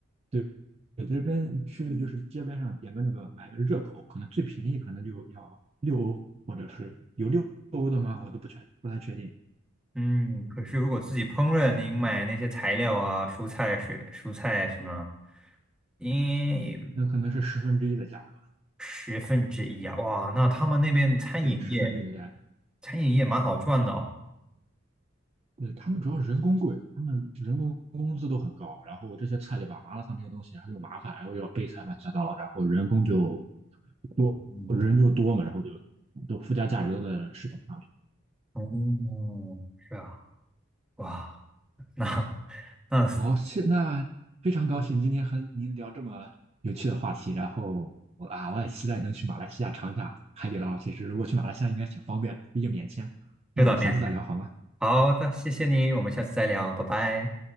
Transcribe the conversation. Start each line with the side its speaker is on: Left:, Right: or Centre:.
Right: 对，对这边去就是街边上点个那个买个热狗，可能最便宜可能就要六欧，或者是有六欧的吗？我都不确不太确定，
Centre: 嗯，可是如果自己烹饪，您买那些材料啊、蔬菜、水、蔬菜什么，因。
Right: 那可能是十分之一的价格，
Centre: 十分之一啊，哇，那他们那边餐饮业，
Right: 对，十分之一的价格。
Centre: 餐饮业蛮好赚的哦。
Right: 对，他们主要人工贵，他们人工工资都很高，然后这些菜对吧，麻辣烫这些东西，还后又麻烦，然后又要备菜乱七八糟，然后人工就多，
Centre: 嗯，
Right: 人就多嘛，然后就都附加价值都在食品上面。
Centre: 哦，是啊，哇，那那是
Right: 哦，谢那非常高兴今天和您聊这么有趣的话题，然后我啊，我也期待能去马来西亚尝一下海底捞。其实如果去马来西亚应该挺方便的，毕竟免签。
Centre: 有点面试。
Right: 那我们下次再聊好吗？
Centre: 好的，谢谢你，我们下次再聊，拜拜。